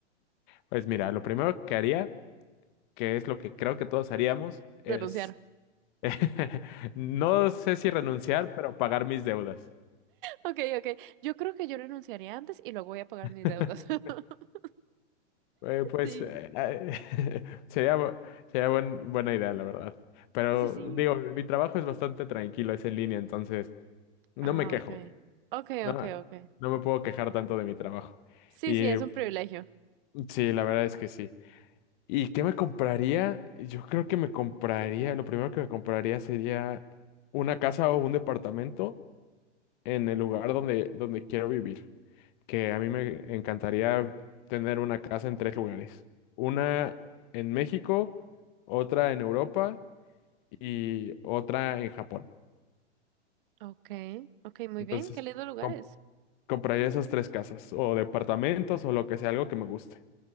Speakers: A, on the left (about 45°); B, on the right (about 50°).
A: Pues mira, lo primero que haría, que es lo que creo que todos haríamos,
B: Renunciar.
A: es,
B: <laughs>
A: <laughs> no sé si renunciar, pero pagar mis deudas.
B: Ok, ok. Yo creo que yo renunciaría antes y luego voy a pagar
A: <laughs>
B: mis deudas. <laughs>
A: Eh, pues
B: Sí,
A: eh, eh, <laughs> sería, bu- sería buen- buena idea, la verdad. Pero
B: sí, sí.
A: digo, mi trabajo es bastante tranquilo, es en línea, entonces no
B: Ah,
A: me quejo,
B: ok. Ok,
A: no,
B: ok, ok.
A: no me puedo quejar tanto de mi trabajo.
B: Sí,
A: Y
B: sí, es un privilegio.
A: sí, la verdad es que sí. ¿Y qué me compraría? Yo creo que me compraría, lo primero que me compraría sería una casa o un departamento en el lugar donde, donde quiero vivir. Que a mí me encantaría tener una casa en tres lugares. Una en México, otra en Europa y otra en Japón.
B: Ok, ok, muy
A: Entonces,
B: bien. Qué lindo lugares.
A: com- compraría esas tres casas o departamentos o lo que sea, algo que me guste.